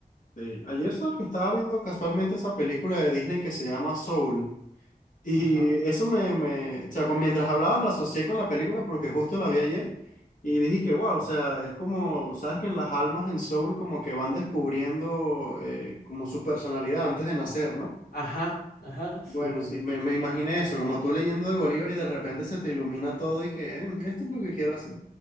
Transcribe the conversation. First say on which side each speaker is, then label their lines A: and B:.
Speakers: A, on the left; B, on the left.
A: Sí. Ayer sabes que estaba viendo casualmente esa película de Disney que se llama Soul. Y
B: Ajá,
A: eso me, me, o sea, con, mientras hablabas lo asocié con la película porque justo la vi ayer y dije que, wow, o sea, es como, sabes que en las almas en Soul como que van descubriendo eh, como su personalidad antes de nacer, ¿no?
B: ajá, ajá,
A: Bueno,
B: su
A: sí, me, me imaginé eso, como tú leyendo de Bolívar y de repente se te ilumina todo y que, "Eh, esto es lo que quiero hacer.